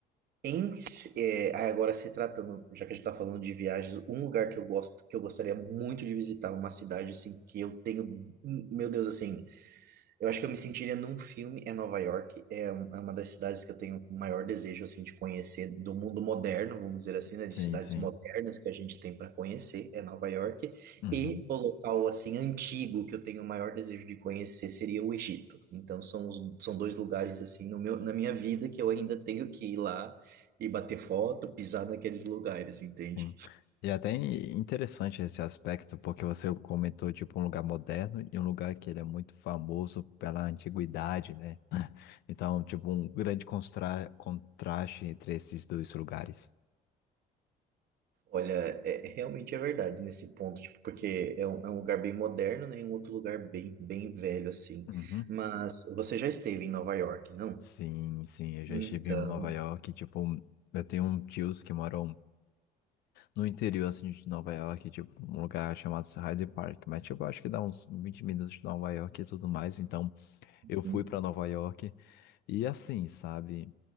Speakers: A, on the right; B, on the left.
A: Em, se- é, agora se tratando, já que a gente está falando de viagens, um lugar que eu gosto, que eu gostaria muito de visitar, uma cidade assim que eu tenho, meu Deus, assim, eu acho que eu me sentiria num filme, é Nova York, é, um- é uma das cidades que eu tenho o maior desejo, assim, de conhecer do mundo moderno, vamos dizer assim, né,
B: Sim,
A: de cidades
B: sim.
A: modernas que a gente tem para conhecer, é Nova York,
B: Uhum,
A: e o local, assim, antigo que eu tenho o maior desejo de conhecer seria o Egito. Então, são, os, são dois lugares, assim, no meu, na minha vida que eu ainda tenho que ir lá e bater foto, pisar naqueles lugares, entende?
B: sim. E até in- interessante esse aspecto, porque você comentou, tipo, um lugar moderno e um lugar que ele é muito famoso pela antiguidade, né? <laughs> Então, tipo, um grande constra- contraste entre esses dois lugares.
A: Olha, é, realmente é verdade nesse ponto, tipo, porque é um, é um lugar bem moderno, né, e um outro lugar bem, bem velho, assim.
B: Uhum.
A: Mas você já esteve em Nova York, não?
B: Sim, sim, eu já
A: Então,
B: estive em Nova York, tipo, eu tenho um tios que moram no interior, assim, de Nova York, tipo, um lugar chamado Hyde Park, mas, tipo, acho que dá uns 20 minutos de Nova York e tudo mais, então eu fui
A: hum,
B: para Nova York e assim, sabe?